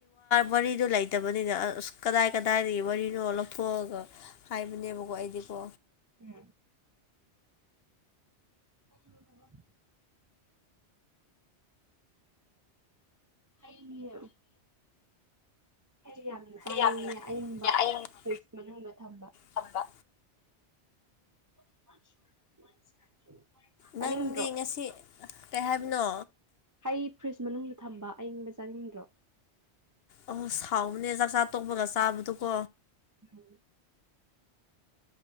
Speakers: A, on the left (about 65°); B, on the right (about 30°).
A: ꯍꯥꯏꯗꯤꯗꯨ ꯂꯩꯇꯕꯅꯤꯅ ꯑꯁ ꯀꯗꯥꯏ ꯀꯗꯥꯏꯗꯒꯤ ꯋꯥꯔꯤꯅꯣ ꯂꯧꯊꯣꯛꯑꯒ ꯍꯥꯏꯕꯅꯤ ꯕꯀꯥꯏꯗꯤꯀꯣ
B: ꯎꯝ ꯎꯝ ꯍꯌꯦ ꯑꯩꯗꯤ ꯌꯥꯝꯅ ꯆꯥꯅꯤꯡꯉꯦ
A: ꯌꯥꯝꯅ
B: ꯑꯏꯪꯕ
A: ꯑꯌꯪꯕ
B: ꯐ꯭ꯋꯔꯤꯁ ꯃꯅꯨꯡꯗ ꯊꯝꯕ
A: ꯊꯝꯕ
B: <inaudible> ꯆꯥꯅꯤꯡꯗ꯭ꯔꯣ
A: ꯅꯪꯗꯤ ꯉꯁꯤ ꯀꯩ ꯍꯥꯏꯕꯅꯣ
B: ꯍꯩ ꯐ꯭ꯔꯤꯖ ꯃꯅꯨꯡꯗ ꯊꯝꯕ ꯑꯏꯪꯕ ꯆꯥꯅꯤꯡꯗ꯭ꯔꯣ
A: ꯑꯍ ꯁꯥꯎꯕꯅꯦ ꯆꯥꯛꯆꯥ ꯇꯣꯛꯄꯒ ꯆꯥꯕꯗꯨꯀꯣ
B: ꯎꯝ